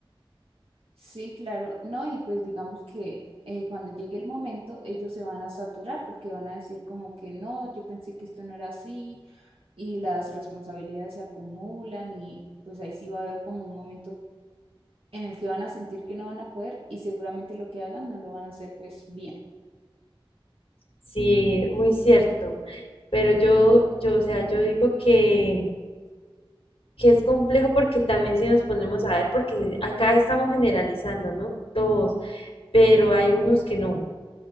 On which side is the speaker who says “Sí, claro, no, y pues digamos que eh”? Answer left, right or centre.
Right